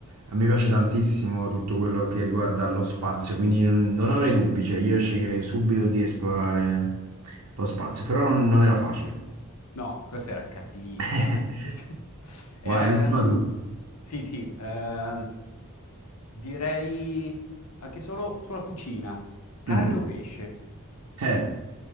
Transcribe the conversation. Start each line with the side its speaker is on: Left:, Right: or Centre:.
Right: a me piace tantissimo tutto quello che riguarda lo spazio, quindi non non avrei dubbi, cioè io sceglierei subito di esplorare lo spazio, però non non era facile.
Left: No, questa era cattivissima.
Right: <laughs>
Left: <laughs> Ehm,
Right: Vai, l'ultima tu.
Left: sì, sì, ehm, direi anche solo sulla cucina. Carne
Right: Mm.
Left: o pesce?
Right: Eh,